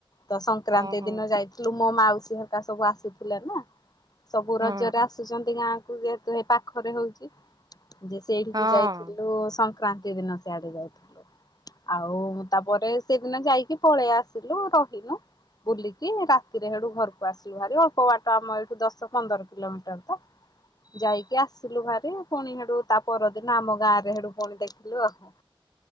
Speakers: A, on the left; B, on the right.
A: ତ ସଂକ୍ରାନ୍ତି
B: ଓହୋ
A: ଦିନ ଯାଇଥିଲୁ ମୋ ମାଉସୀ ହେରିକା ସବୁ ଆସିଥିଲେ ନା ସବୁ
B: ହଁ
A: ର ଆସୁଛନ୍ତି ଗାଁ କୁ ଯେହତୁ ହେ ପାଖରେ ହଉଛି ଯେ ସେଇଠିକି
B: ହଁ।
A: ଯାଇଥିଲୁ। ସଂ କ୍ରାନ୍ତି ଦିନ ସିଆଡେ ଯାଇଥିଲୁ। ଆଉ ତାପରେ ସେଦିନ ଯାଇକି ପଳେଇ ଆସିଲୁ ରହିନୁ ବୁଲିକି ରାତିରେ ହେଠୁ ଘରକୁ ଆସିଲୁ ଭାରି ଅଳ୍ପ ବାଟ ଆମ ଏଇଠୁ ଦଶ ପନ୍ଦର କିଲୋମିଟର ତ। ଯାଇକି ଆସିଲୁ ଭାରି ପୁଣି ହେଡୁ ତା ପରଦିନ ଆମ ଗାଁ ରେ ହେଡୁ ପୁଣି ଦେଖି ଲୁ ଆଉ।